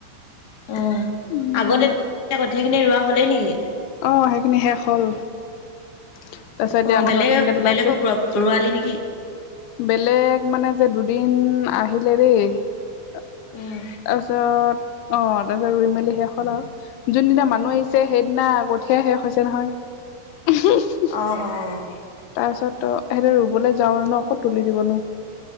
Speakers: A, on the left (about 45°); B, on the left (about 80°).
A: অঁ
B: উম
A: আগতে কঠিয়াখিনি ৰোৱা হ'লেই নেকি?
B: অ সেইখিনি শেষ হ'ল। তাৰিছত এতিয়া
A: অ
B: আকৌ
A: বেলেগ
B: নতুনকে তোলা
A: বেলেগক
B: হৈছে।
A: ৰোৱালি নেকি?
B: বেলেগ মানে যে দুদিন আহিলে দেই। তাৰপিছত
A: উম
B: অ৷ তাপিছত ৰুই মেলি শেষ হ'ল আৰু যোনদিনা মানুহ আহিছে সেইদিনা কঠিয়াই শেষ হৈছে নহয়।
A: অ-অ।
B: তাৰপিছত ত হেতে ৰুবলৈ যাওঁ মানুহ ন কত তুলি দিব নো।